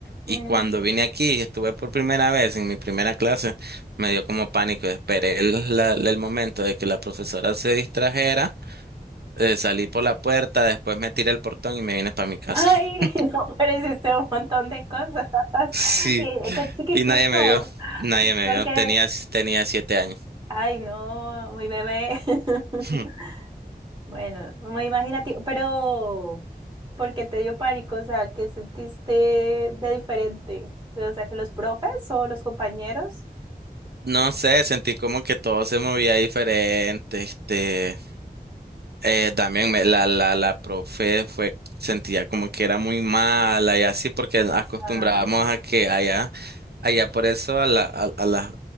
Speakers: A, on the right (about 75°); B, on the right (about 25°).
A: Y
B: Mm.
A: cuando vine aquí, estuve por primera vez en mi primera clase, me dio como pánico. Esperé el la- el momento de que la profesora se distrajera eh, salí por la puerta, después me tiré el portón y me vine para mi casa.
B: Ay,
A: <laughs>
B: <laughs> no, pero hiciste un montón de cosas. <laughs>
A: Sí.
B: Y con chiquitico.
A: Y nadie me vio, nadie me
B: Porque,
A: vio. Tenía, tenía siete años.
B: ay, no, muy bebé. <laughs>
A: <laughs>
B: Bueno, muy imaginativo. Pero, ¿por qué te dio pánico? O sea, ¿qué sentiste de diferente? O sea, que los profes o los compañeros.
A: No sé, sentí como que todo se movía diferente, este. Eh, también me- la, la, la profe fue, sentía como que era muy mala y así porque acostumbrábamos
B: Ah,
A: a que allá, allá por eso a la, a, a las,